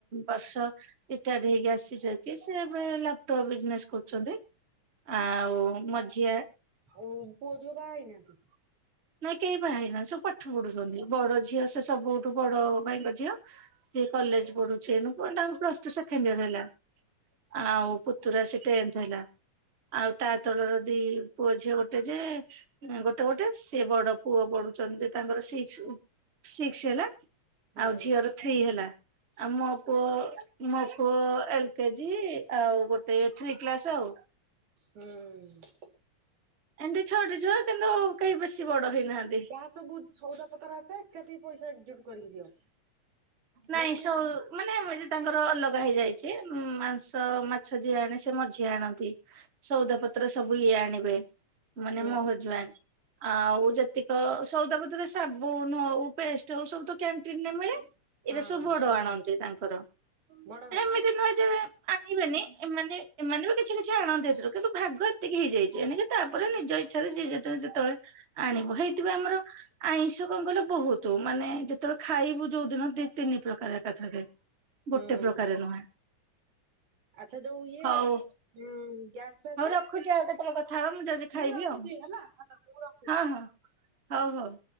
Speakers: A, on the right; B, on the right.
A: ବର୍ଷ। ରିଟାଡ଼ ହେଇକି ଆସିଚନ୍ତି ସେ ଏବେ ଲାପ୍ ଟପ୍ ବିଜିନେସେ କରୁଚନ୍ତି। ଆଉ ମଝିଆ।
B: ଓଉ ପୁଅ ଝିଅ ବାହା ହେଇନାହାନ୍ତି?
A: ନାଇଁ କେହି ବାହା ହେଇ ନାହାନ୍ତି ସବୁ ପାଠ ପଢୁଚନ୍ତି। ବଡ ଝିଅ ସେ ସବୁଠୁ ବଡ ଭାଇଙ୍କ ଝିଅ। ସିଏ କଲେଜ୍ ପଢୁଛି ଏଇନୁ ତାଙ୍କର ପ୍ଲସ୍ ଟୁ ସେକେଣ୍ଡେ ଇୟର ହେଲା। ଆଉ ପୁତୁରା ସେ ଟେନଥ ହେଲା। ଆଉ ତା ତଳର ଦି ପୁଅ ଝିଅ ଗୋଟେ ଯେ ଗୋଟେ ଗୋଟେ। ସେ ବଡ ପୁଅ ପଢୁଛନ୍ତି। ତାଙ୍କର ସିକ୍ସ ସିକ୍ସ ହେଲା
B: ହୁଁ
A: ଆଉ ଝିଅର ଥ୍ରୀ ହେଲା। ଆମ ପୁଅ ମୋ ପୁଅ ଏଲ କେଜି ଆଉ ଗୋଟେ ଥ୍ରୀ କ୍ଲାସ୍ ଆଉ।
B: ହୁଁ।
A: ଏମିତି ଛଟିଛ କିନ୍ତୁ କେହି ବେଶୀ ବଡ ହେଇନାହାନ୍ତି।
B: ଯାହା ସବୁ ସଉଦା ପତ୍ରର ଆସେ ଏକାଠି ପଇସା ଏକଜୁଟ୍ କରିକି ଦିଅ।
A: ନାଇଁ
B: ନା କିଏ
A: ସୋଲ୍।
B: ଆଣିଛି?
A: ମାନେ ଏମତି ତାଙ୍କର ଅଲଗା ହେଇଯାଇଚି। ମାଂସ ମାଛ ଯିଏ ଆଣେ ସେ ମଝିଆ ଆଣନ୍ତି। ସଉଦା ପତ୍ର ସବୁ ଇଏ ଆଣିବେ। ମାନେ
B: ହୁଁ
A: ମୋ ହଜ୍ ବେନ୍ଟ୍ ଆଉ ଯେତିକ ସଉଦପ ରେ ସାବୁନ୍ ହଉ ପେଷ୍ଟ ହଉ ସବୁ ତ କ୍ୟାଣ୍ଟିନରେ ମିଳେ। ଏଇରା
B: ହଁ
A: ସବୁ ବଡ଼ ଆଣନ୍ତି ତାଙ୍କର
B: ବଡ ଭାଇ
A: ଏମିତି ନୁହେଁ। ଯେ ଆଣିବେନି ଏମାନେ ଏମାନେ ବି କିଛି କିଛି ଆଣନ୍ତି କିନ୍ତୁ ଭାଗ ଏତିକି ହେଇଯାଇଛି ଏଣିକି ତାପରେ ନିଜ ଇଚ୍ଛାରେ ଯିଏ ଯେତେବେଳେ ଯେତେବେଳେ ଆଣିବ ହେଇଥିବ ଆମର। ଆଇଁଷ କଣ କଲେ ବହୁତୁ ମାନେ ଯେତେବେଳେ ଖାଇବୁ ଯୋଉ ଦିନ ଦି ତିନି ପ୍ରକାରେ ଏକାଥରେ
B: ହୁଁ
A: ଗୋଟେ ପ୍ରକାର ନୁହେଁ।
B: ଆଚ୍ଛା ଯୋଉ ଇଏ
A: ହଉ
B: ଉଁ ଗ୍ୟାସ ଫ୍ୟାସ
A: ହଉ ରଖୁଚି ଆଉ କେତେବେଳେ କଥା ହେବା। ମୁଁ ଯାଉଚି ଖାଇବି
B: ରଖୁଛି
A: ଆଉ।
B: ହେଲା ହ୍ୟାଲୋ ମୁଁ ରଖୁଛି।
A: ହଁ ହଁ ହଉ ହଉ।